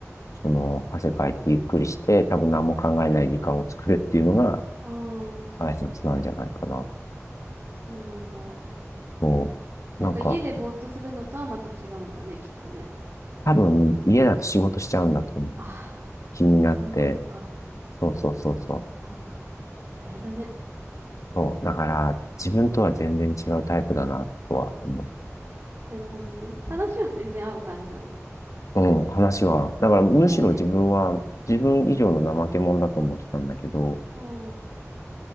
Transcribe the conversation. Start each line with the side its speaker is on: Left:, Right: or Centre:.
Left: その、汗かいてゆっくりして、多分何も考えない時間を作るっていうのが
Right: ああ、
Left: 大切なんじゃないかな。
Right: そうなんだ。
Left: もう、
Right: なんか家でぼーっとするのとはまた違うんだね、
Left: なんか、
Right: きっとね。
Left: 多分家だと仕事しちゃうんだと
Right: ああ、
Left: 気になって、
Right: そういうことか。
Left: そうそうそうそう。
Right: ああ、大変だね。
Left: そう、だから自分とは全然違うタイプだなとは思って。
Right: なるほどね。話は全然合う感じなの。
Left: うん、話は。だからむしろ自分は自分以上の怠け者だと思ってたんだけど、
Right: へえ、うん。